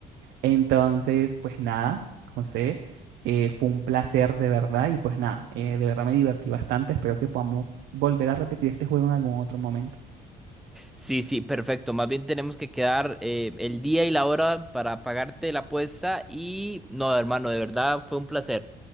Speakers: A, on the right; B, in the centre.
A: Entonces, pues nada, José, eh, fue un placer de verdad y pues nada, eh, de verdad me divertí bastante, espero que podamos volver a repetir este juego en algún otro momento.
B: Sí, sí, perfecto. Más bien tenemos que quedar eh, el día y la hora para pagarte la apuesta y... No, hermano, de verdad fue un placer.